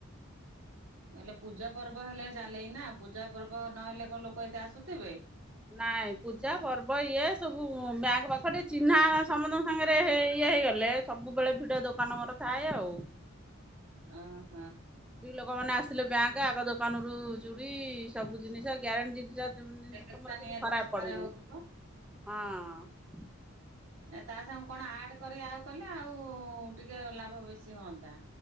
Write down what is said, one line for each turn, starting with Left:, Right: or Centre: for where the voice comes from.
Right: ତା ହେଲେ ପୂଜା ପର୍ବ ହେଲେ ଚାଲେଇନା ପୂଜା ପର୍ବ ନହେଲେ କଣ ଲୋକ ଏତେ ଆସୁଥିବେ?
Centre: ନାଇଁ ପୂଜା ପର୍ବ ଇଏ ସବୁ ବ୍ୟାଙ୍କ ପାଖ ଟେ ଚିହ୍ନା ସମସ୍ତଙ୍କ ସାଙ୍ଗରେ ହେ ଇଏ ହେଇଗଲେ ସବୁବେଳେ ଭିଡ ଦୋକାନ ମୋର ଥାଏ ଆଉ।
Right: ଆହ
Centre: ସ୍ତ୍ରୀ ଲୋକମାନେ ଆସିଲେ ବ୍ୟାଙ୍କ ଆଗ ଦୋକାନରୁୁ ଚୁଡ଼ି ଏ ସବୁ ଜିନିଷ ଗ୍ୟାରେଣ୍ଟି ଜିନିଷ <unintelligible> ଜିନିଷ
Right: ଜେରକ୍ସଟା
Centre: ଆମର କିଛି
Right: ନିହାତି
Centre: ଖରାପ
Right: ଦରକାର
Centre: ପଡିନି।
Right: ହଉଥିବ।
Centre: ହଁ।
Right: ଏ ତା ସାଙ୍ଗେ କଣ ଆଡ କରି ଆଉ କଲେ ଆଉ ଟିକେ ଲାଭ ବେଶୀ ହୁଅନ୍ତା।